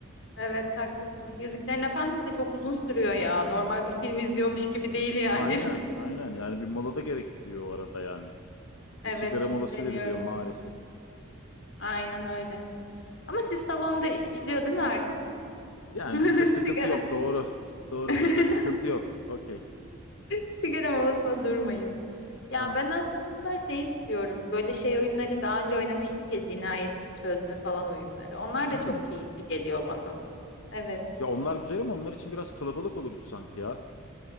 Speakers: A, on the left (about 60°); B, on the left (about 80°).
A: Evet haklısın. Yüzüklerin Efendisi de çok uzun sürüyor ya. Normal bir film izliyormuş gibi değil yani.
B: Aynen
A: <laughs>
B: aynen yani bir mola da gerektiriyor o arada yani.
A: Evet
B: Bir sigara
A: kitleniyoruz.
B: molası veriliyor maalesef.
A: Aynen öyle. Ama siz salonda içiliyor değil mi artık?
B: Yani
A: <laughs>
B: bizde sıkıntı
A: Sigara.
B: yok. Doğru. Doğru
A: <laughs>
B: bizde sıkıntı yok. Okey.
A: Sigara molasına durmayız. Ya
B: Tamam.
A: ben aslında şey istiyorum. Böyle şey oyunları daha önce oynamıştık ya cinayet çözme falan oyunları. Onlar da
B: Hmm.
A: çok keyifli geliyor bana. Evet.
B: Ya onlar güzel ama onlar için biraz kalabalık oluruz sanki ya.